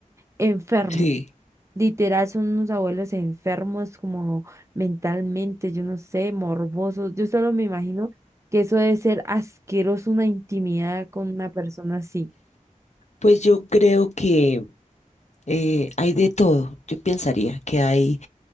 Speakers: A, on the right (about 20°); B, on the left (about 55°).
A: enfermos.
B: Sí.
A: Literal, son unos abuelos enfermos como mentalmente, yo no sé, morbosos. Yo solo me imagino que eso debe ser asqueroso, una intimidad con una persona así.
B: Pues yo creo que eh, hay de todo. Yo pensaría que hay